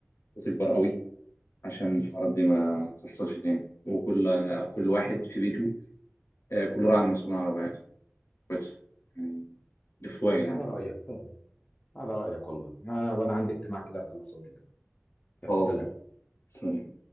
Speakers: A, on the left; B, on the left.
A: وتكبر قوي عشان الحوارات دي ما تحصلش تاني وكل كل واحد في بيته آه، كل راعي مسؤول عن رعايته بس يعني لفوا يا جدعان
B: على رايك فاهم على رايك والله انا انا عندي اجتماع كده هخلصه وأكلمك. يلا
A: خلاص
B: سلام
A: سلام